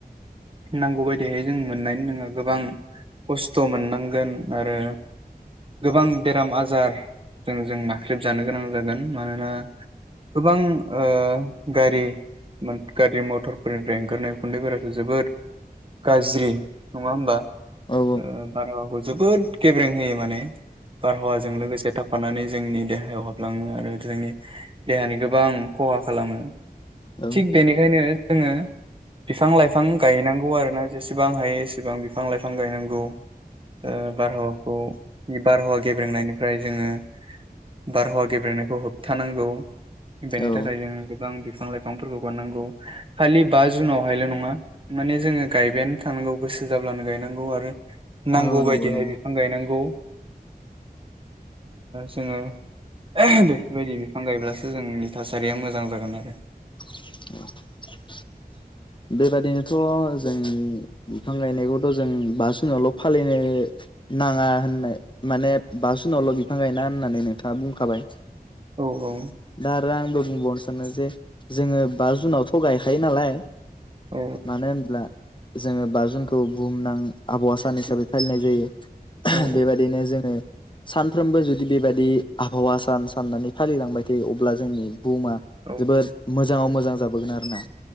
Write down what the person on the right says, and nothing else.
नांगौ बायदिहाय जों मोननाय नङा गोबां खस्थ' मोननांगोन आरो गोबां बेराम आजारजों जों नाख्रेबजानो गोनां जागोन मानोना गोबां ओ गारि गारि मथरफोरनिफ्राय ओंखारनाय उखुन्दैफोराथ' जोबोद गाज्रि नङा होमबा
ओ बारहावाखौ जोबोद गेब्रें होयो माने बारहावाजों लोगोसे थाफानानै जोंनि देहायाव हाबलाङो आरो जोंनि देहानि गोबां खहा खालामो
थिग बेनिखायनो जोङो बिफां लाइफां गायनांगौ आरो ना जेसेबां हायो एसेबां बिफां लाइफां गायनांगौ ओ बारहावाखौ बारहावा गेब्रेंनायनिफ्राय जोङो बारहावा गेब्रेनायखौ होबथानांगौ बेनि
थाखाय जोङो गोबां बिफां लाइफांफोरखौ गारनांगौ खालि बा जुनावहायल' नङा माने जोङो गायबायानो थानांगौ गोसो जाब्लानो गायनांगौ आरो नांगौ
बायदिहाय
बिफां गायनांगौ जोङो ओ बेफोरबायदि बिफां गायब्लासो जोंनि थासारिया मोजां जागोन आरो
औ औ
औ
औ
औ